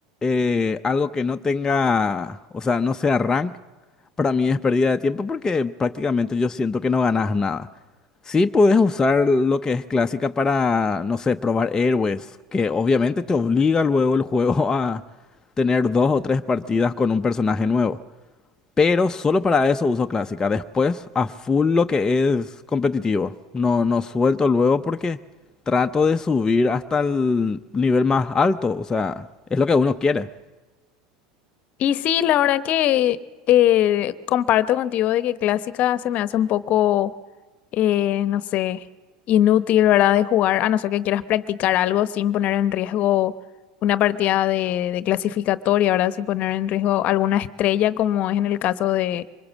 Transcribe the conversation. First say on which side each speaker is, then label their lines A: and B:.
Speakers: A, on the left; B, on the left.
A: eh, algo que no tenga, o sea, no sea rank, para mí es pérdida de tiempo porque prácticamente yo siento que no ganas nada. Sí puedes usar lo que es clásica para, no sé, probar héroes, que obviamente te obliga luego el juego <laughs> a tener dos o tres partidas con un personaje nuevo pero solo para eso uso clásica. Después, a full lo que es competitivo. No, no suelto luego porque trato de subir hasta el nivel más alto. O sea, es lo que uno quiere.
B: Y sí, la verdad que eh, comparto contigo de que clásica se me hace un poco, eh, no sé, inútil, ¿verdad? De jugar, a no ser que quieras practicar algo sin poner en riesgo una partida de, de clasificatoria, ¿verdad? Sin poner en riesgo alguna estrella, como es en el caso de,